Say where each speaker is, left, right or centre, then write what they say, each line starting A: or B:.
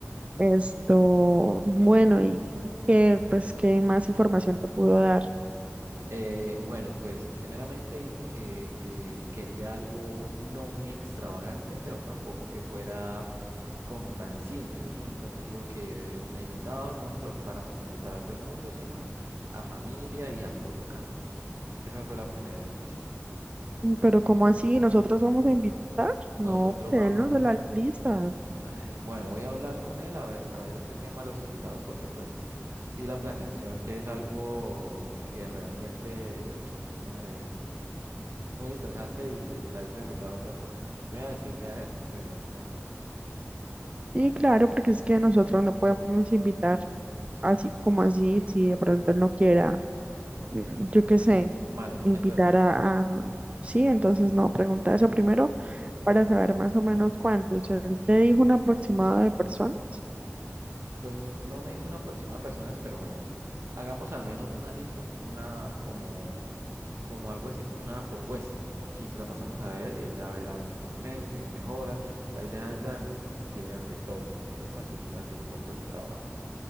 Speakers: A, on the right (about 25°); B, on the right (about 75°).
A: esto. Bueno, y que, pues, ¿qué más información te pudo dar?
B: Eh, bueno, pues primeramente dijo que eh, quería algo no muy extravagante, pero tampoco que fuera como tan simple, ¿sí? Entonces dijo que de, de invitados no nos preocupáramos por invitar a todo el mundo, sino a familia y amigos cercanos. Esa fue la primera indicación.
A: Mm, Pero ¿cómo así? ¿Nosotros vamos a invitar? No,
B: Nosotros
A: pues,
B: vamos,
A: él no es de la lista.
B: ay, bueno, voy a hablar con él a ver, a ver este tema, de los invitados, porque pues sí, la planeación es algo que realmente, uff, madre, es. Muy estresante y la lista de invitados es otra cosa. Bueno, voy a decirle a él lo de la lista de invitados.
A: Sí, claro, porque es que nosotros no podemos invitar así como así, si de pronto él no quiera, mm, yo qué sé,
B: Vale,
A: invitar
B: entonces,
A: a, a- Sí, entonces no, pregunta eso primero para saber más o menos cuántos. Él te dijo un aproximado de personas.
B: pues no me dijo una aproximada de personas, pero bueno, hagamos al menos una lista, una como, como algo así como una propuesta. Y se la pasamos a él y él ya verá qué hace con eso, si lo mejora. La idea es darle ideas de todo, ¿sí? Facilitarle un poco el trabajo.